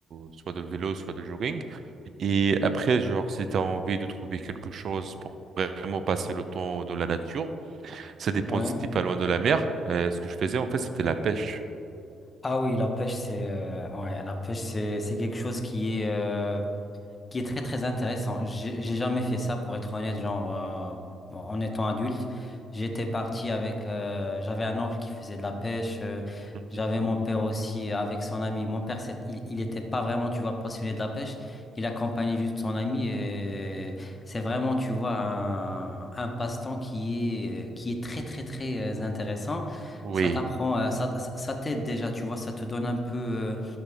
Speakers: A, on the right; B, on the left.
A: soit de vélo, soit de jogging. Et après, genre, si t'as envie de trouver quelque chose pour vraiment passer le temps dans la nature, ça dépend
B: ouais,
A: si t'es pas loin de la mer. Euh, ce que je faisais, en fait, c'était la pêche.
B: Ah oui, la pêche, c'est euh, ouais, la pêche, c'est, c'est quelque chose qui est, euh, qui est très très intéressant. J'ai j'ai jamais fait ça pour être honnête, genre euh,
A: Mhm.
B: bon, en étant adulte, j'étais parti avec euh, j'avais un oncle qui faisait de la pêche, euh,
A: Mhm.
B: j'avais mon père aussi euh, avec son ami. Mon père c'est- il, il était pas vraiment tu vois passionné de la pêche, il accompagnait juste son ami et c'est vraiment tu vois un, un passe-temps qui est qui est très très très euh, intéressant.
A: Oui,
B: Ça t'apprend, euh, ça, ça ça t'aide déjà, tu vois, ça te donne un peu euh,